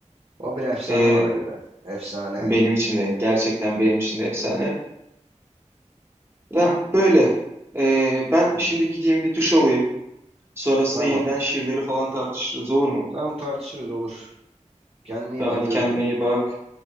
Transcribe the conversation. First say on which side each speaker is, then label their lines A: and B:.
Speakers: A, on the right (about 50°); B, on the right (about 20°).
A: O bir efsane
B: Ee,
A: bana göre. Efsane.
B: benim için de gerçekten benim için de efsane. Ya böyle. Ee, ben
A: İyi.
B: şimdi gideyim bir duş alayım. Sonrasında
A: Tamam.
B: yeniden şiirleri falan tartışırız olur mu?
A: Tamam tartışırız olur. Kendine iyi
B: Tamam
A: bak.
B: hadi
A: Görüşürüz.
B: kendine iyi bak.